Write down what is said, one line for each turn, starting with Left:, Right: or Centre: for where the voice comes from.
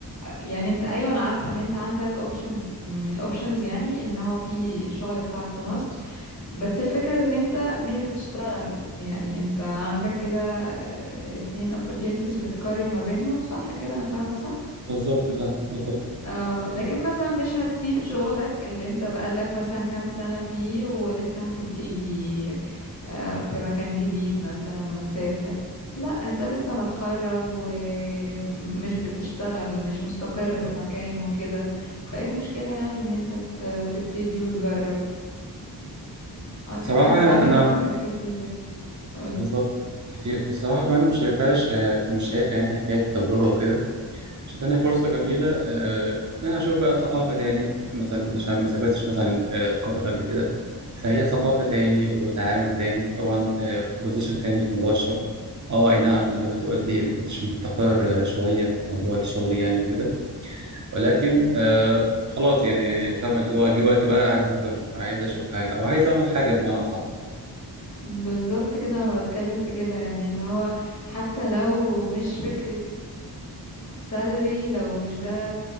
Left: يعني انت ايوه انا عارفه ان انت عندك اوبشن من الاوبشنز يعني ان هو في الشغل بتاعك في مصر بس الفكره ان انت مش بتشتغل يعني انت عندك كده اتنين opportunities بتقارن ما بينهم صح كده انا فاهمه صح
Right: بالظبط فاهم بالظبط
Left: اه لكن مثلا مش هتسيب شغلك اللي انت بقالك مثلا كام سنة فيه ولسه هتبتدي آه، في مكان جديد مثلا وتسافر لا انت لسه متخرج ومش بتشتغل مش مستقر في مكان وكده فايه المشكلة يعني ان انت ت- تبتدي وتجرب I
Right: صراحة
Left: think هتتعلم
Right: انا أنا
Left: حاجات كتير قولي
Right: بالظبط كتير بصراحة كمان مش شايفهاش مش شايفها يعني حكاية تجربة وكده شايفانها فرصة جميلة آه، إن أنا أشوف بقى ثقافة تاني مثلا عشان ما سافرتش مثلا آه، قطر قبل كده فهي ثقافة تاني وتعامل تاني طبعا بوزيشن تاني في موضوع الشغل اه اي نعم زي ما انت قلتي ما كنتش مستقر آه، شوية في موضوع الشغل يعني وكده ولكن آه خلاص يعني فاهم اللي هو جه وقت بقى عايز استقر عايز اشوف حاجة او عايز اعمل حاجة بمعنى اصح
Left: بالظبط كده انا بتكلم في كده يعني اللي هو حتى لو مش فكرة سالري لو مش ده